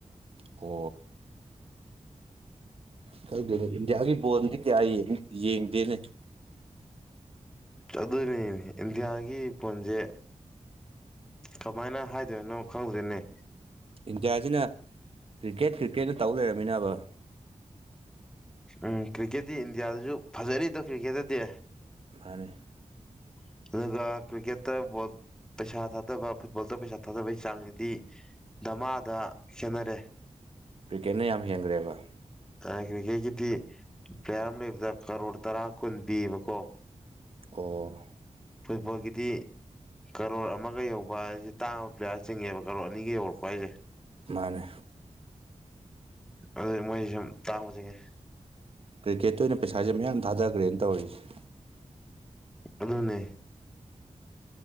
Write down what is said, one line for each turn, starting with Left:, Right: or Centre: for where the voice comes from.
Right: ꯀꯣ ꯈꯪꯗꯦꯅꯦ ꯏꯟꯗꯤꯌꯥꯒꯤ ꯕꯣꯟꯗꯤ ꯀꯌꯥ ꯌꯦꯡ ꯌꯦꯡꯗꯦꯅꯦ
Centre: ꯑꯗꯨꯅꯤꯅꯦ ꯏꯟꯗꯤꯌꯥꯒꯤ ꯄꯣꯟꯖꯦ ꯀꯃꯥꯏꯅ ꯍꯥꯏꯗꯣꯏꯅꯣ ꯈꯪꯗꯦꯅꯦ
Right: ꯏꯟꯗꯤꯌꯥꯁꯤꯅ ꯀ꯭ꯔꯤꯛꯀꯦꯠ ꯀ꯭ꯔꯤꯛꯀꯦꯠꯅ ꯇꯧ ꯂꯩꯔꯝꯃꯤꯅꯕ
Centre: ꯎꯝ ꯀ꯭ꯔꯤꯛꯀꯦꯠꯇꯤ ꯏꯟꯗꯤꯌꯥꯗꯁꯨ ꯐꯖꯔꯤꯗꯣ ꯀ꯭ꯔꯤꯛꯀꯦꯠꯇꯗꯤ
Right: ꯃꯥꯅ‌ꯦ
Centre: <inaudible> ꯑꯗꯨꯒ ꯀ꯭ꯔꯤꯛꯀꯦꯠꯇ ꯄꯩꯁꯥ ꯊꯥꯗꯕ ꯐꯨꯠꯕꯣꯜꯗ ꯄꯩꯁꯥ ꯊꯥꯗꯕꯒꯤ ꯆꯥꯡꯗꯤ ꯙꯝꯃꯥꯗ ꯈꯦꯠꯅꯔꯦ
Right: ꯀ꯭ꯔꯤꯀꯦꯠꯅ ꯌꯥꯝ ꯍꯦꯟꯒ꯭ꯔꯦꯕ
Centre: ꯑꯥ ꯀ꯭ꯔꯤꯛꯀꯦꯠꯀꯤꯗꯤ ꯄ꯭ꯂꯦꯌꯥꯔ ꯑꯃ ꯂꯩꯕꯗ ꯀꯔꯣꯔ ꯇꯔꯥ ꯀꯨꯟ ꯄꯤꯌꯦꯕꯀꯣ
Right: ꯑꯣ
Centre: ꯐꯣꯏꯕꯒꯤꯗꯤ ꯀꯔꯣꯔ ꯑꯃꯒ ꯌꯧꯕ ꯍꯥꯏꯁꯦ ꯇꯥꯡꯕ ꯄ꯭ꯂꯦꯌꯥꯔ ꯆꯤꯡꯉꯦꯕ ꯀꯔꯣꯔ ꯑꯅꯤꯒ ꯌꯧꯔꯛꯄ ꯍꯥꯏꯁꯦ
Right: ꯃꯥꯅꯦ
Centre: ꯑꯗꯨ ꯃꯣꯏ ꯁꯨꯝ ꯇꯥꯡꯕ ꯆꯤꯡꯉꯦ
Right: ꯀ꯭ꯔꯤꯀꯦꯠꯇ ꯑꯣꯏꯅ ꯄꯩꯁꯥꯁꯦ ꯃꯌꯥꯝ ꯊꯥꯗꯈ꯭ꯔꯦꯅ ꯇꯧꯔꯤꯁꯤ
Centre: ꯑꯗꯨꯅꯦ